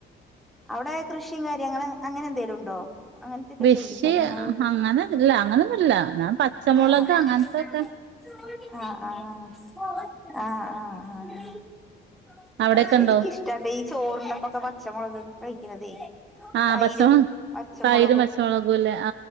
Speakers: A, in the centre; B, on the right.
A: അവിടെ കൃഷിയും കാര്യങ്ങള് അങ്ങനെ എന്തേലും ഉണ്ടോ അങ്ങനത്തൊക്കെ
B: കൃഷി
A: ചെയ്യണ്ടോ നിങ്ങൾ?
B: അങ്ങനെ ഇല്ല അങ്ങനൊന്നും ഇല്ല ഞാൻ പച്ചമുളക്
A: ആഹ്
B: അങ്ങനത്തെക്കെ
A: ആഹ് ആഹ് ആഹ ആഹ് ആഹ്
B: അവിടെക്കെണ്ടോ
A: അത് ശരിക്ക ഇഷ്ട്ട ഈ ചോറിണ്ടപ്പൊക്കെ പച്ചമുളക് കഴിക്കണതേ
B: ആഹ്
A: തൈരും
B: പച്ചമൊ
A: പച്ചമുളകും
B: തൈരും പച്ചമുളകും ഇല്ലേ